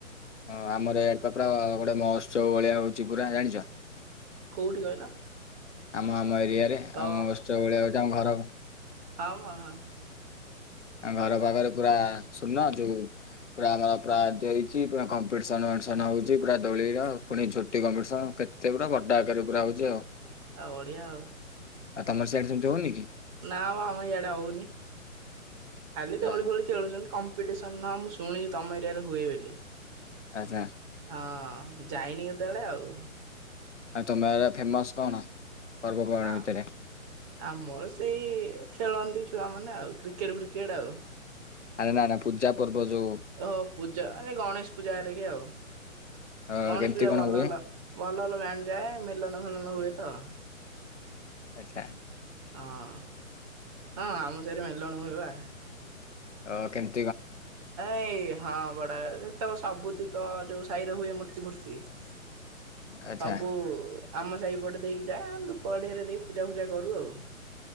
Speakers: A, on the left (about 55°); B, on the right (about 25°).
A: ହଁ, ଆମର ଏଡ ପାପଡା, ଗୋଟେ ମହୋତ୍ସବ ଭଳିଆ ହଉଛି ପୁରା ଜାଣିଛ?
B: କୋଉଠି କହିଲ?
A: ଆମ ଆମ ଏରିଆରେ,
B: ଓ
A: ଆଉ ମହୋତ୍ସବ୍ ଭଳିଆ ହଉଛି, ଆମ ଘର
B: ଆଉ ହଁ ହଁ।
A: ଆ ଘର ପାଖରେ ପୁରା ଶୂନ ଯୋଉ ପୁରା ଆମର ପୁରା ଏମତୀ ହେଇଛି, ପୁରା କମ୍ପିଟିସନ ଟିସନ୍ ହଉଛି, ପୁରା ଦୋଳିର, ପୁଣି ଝୋଟି କମ୍ପଟିସନ, କେ ସେ ପୁରା, ବଡ ଆକାରରେ ପୁରା ହଉଛି ଆଉ।
B: ଆଉ ବଢିଆ ଆଉ।
A: ଆ ତମର ସିଆଡେ ସେମିତି ହଉନି କି?
B: ନାଁମ ଆମ ଇଆଡେ ଆଉ ହଉନି ଖାଲି ଦୋଳି
A: ଏ
B: ଫୋଳି ଖେଳୁଛନ୍ତି। କମ୍ପିଟେସନ ମୁଁ ଶୁଣିଛି ତମ ଏରିଆରେ ହୁଏ ବେଲି।
A: ଆଛା।
B: ହଁ ଯାଇନି କେତେବେଳେ ଆଉ।
A: ଆଉ ତମେ ଏରା ଫେମସ କଣ? ପର୍ବପର୍ବାଣି
B: ହଁ।
A: ଭିତରେ।
B: ଆମର ସେଇ, ଖେଳନ୍ତି ଛୁଆମାନେ, ଆଉ କ୍ରିକେଟ ଫ୍ରିକେଟ ଆଉ।
A: ଆରେ ନା ନା ପୂଜା ପର୍ବ ଯଉ
B: ଓହ ପୂଜ ଏ ଗଣେଶ ପୂଜାହେରିକା ଆଉ।
A: ଅ
B: ଗଣେଶ
A: କେମିତି
B: ପୂଜା
A: କଣ
B: ଭଲ
A: ହୁଏ?
B: ଭଲ ଭଲ ଭଲ ଲାଇନ ଯାଏ ମେଲନ ଫେଲନ ହୁଏ ତ।
A: ଆଚଛା।
B: ହଁ ହଁ ଆମ ସାହିରେ ମେଲଣ ହୁଏବା।
A: ଅ କେମ
B: ଏଇ ହଁ ବଡ଼ା <inaudible> ତକ ସବୁତିକ, ଯୋଉ ସାହିରେ ହୁଏ ମୂର୍ତ୍ତି ଫୂର୍ତ୍ତି ସବୁ
A: ଆଚ୍ଛା
B: ଆମ ସାହିପଟେ ଦେଇକି ଯାଏ ଆମେ ଧୂପକାଠି ହେରିକା ଦେଇ ପୂଜା ଫୂଜା କରୁ ଆଉ।